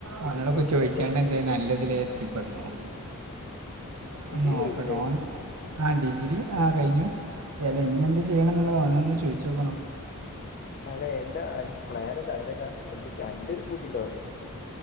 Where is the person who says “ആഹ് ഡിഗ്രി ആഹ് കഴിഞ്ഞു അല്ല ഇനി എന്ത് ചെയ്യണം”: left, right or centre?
Right